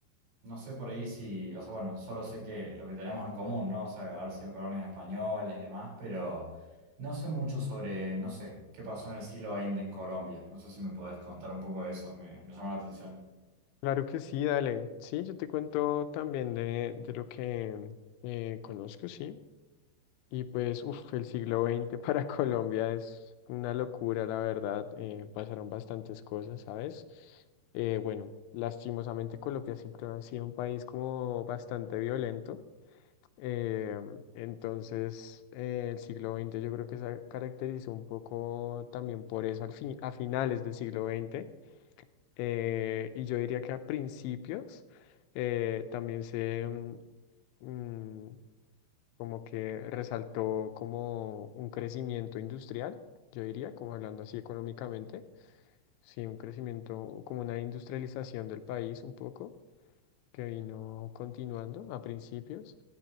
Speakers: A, on the right; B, on the left.
A: no sé por ahí si, o sea, bueno, solo sé que lo que tenemos en común, ¿no? O sea, haber sido colonias españolas y demás, pero no sé mucho sobre, no sé, qué pasó en el siglo XX en Colombia, no sé si me podés contar un poco de eso, me, me llama la atención.
B: Claro que sí, dale. Sí, yo te cuento también de, de lo que eh, conozco, sí. Y pues, uff, el siglo XX para <laughs> Colombia es una locura, la verdad. eh, pasaron bastantes cosas, ¿sabes? Eh, bueno, lastimosamente Colombia siempre ha sido un país como bastante violento. eh, entonces, eh, el siglo XX yo creo que se caracterizó un poco también por eso al fin, a finales del siglo XX. eh, y yo diría que a principios eh, también se... mm, como que resaltó como un crecimiento industrial, yo diría, como hablando así económicamente, sí, un crecimiento, como una industrialización del país un poco, que vino continuando a principios.